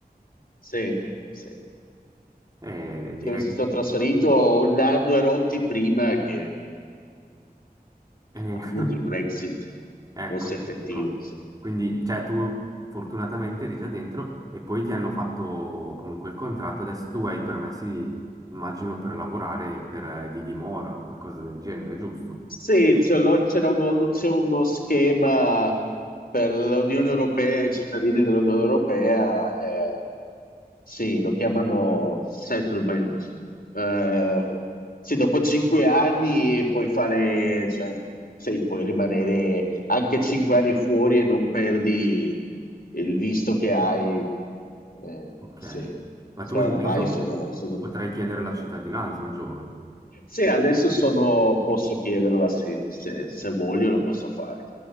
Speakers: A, on the left; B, on the right.
A: Sì, sì.
B: Eh, direi
A: Cioè, mi sono
B: che...
A: trasferito un anno e rotti prima che
B: eh,
A: appunto
B: <laughs>
A: il Brexit
B: Ecco,
A: fosse effettivo.
B: ecco.
A: sì.
B: Quindi, cioè, tu fortunatamente eri già dentro e poi ti hanno fatto comunque il contratto. Adesso tu hai i permessi, immagino, per lavorare per, eh, di dimora, qualcosa del genere, giusto?
A: Sì, ce l'ho- c'era uno, c'è uno schema per l'Unione Europea e i cittadini dell'Unione Europea, eh, sì, lo chiamano settlement. Eh, sì, dopo cinque anni puoi fare, cioè, sì, puoi rimanere anche cinque anni fuori e non perdi il visto che hai. Eh,
B: Ok.
A: sì,
B: Ma tu
A: cioè,
B: in
A: ormai
B: caso
A: sono, sono
B: potrai chiedere la cittadinanza un giorno.
A: sì, adesso sono, posso chiederla, sì, se, se voglio lo posso fare.